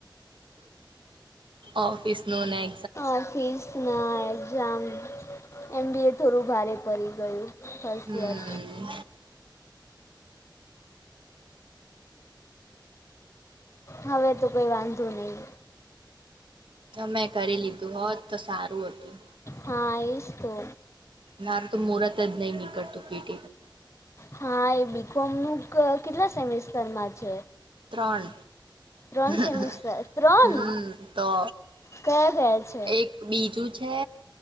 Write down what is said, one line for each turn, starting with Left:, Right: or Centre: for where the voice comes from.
Right: ઓફિસ નો ના
Left: ઓફિસ ના એક્ઝામ એમ બી એ થોડું ભારે પડી ગયું ફસ્ટ
Right: હમ
Left: યર. હવે તો કોઈ વાંધો નહી
Right: તો મેં કરી લીધું હોત તો સારું હતું
Left: હા એજ તો
Right: મારું તો મુહરત જ નહી નીકળતું પીટ
Left: હા એ બીકોમ નું કેટલા સેમેિસ્ટરમાં છે?
Right: ત્રણ
Left: ત્રણ
Right: હમ
Left: સેમિસ્ટર ત્રણ
Right: તો
Left: કયા કયા છે?
Right: એક બીજું છે